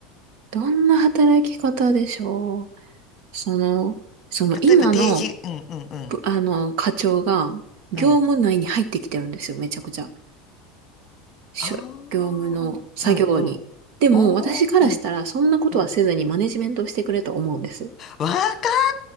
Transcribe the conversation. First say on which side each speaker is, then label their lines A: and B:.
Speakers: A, on the right; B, on the left.
A: どんな働き方でしょうその、その今の、
B: 例えば定時、うん、うん、う
A: ぶあの、課長が業務内に入ってきてるんですよ、
B: ん、うん。
A: めちゃくちゃ。しょ業務の作業に。
B: ああ、うん、うん。
A: でも、
B: おー、
A: 私からしたら、
B: うん、
A: そんなことはせずにマネジメントをしてくれと思うんです。
B: うん。わか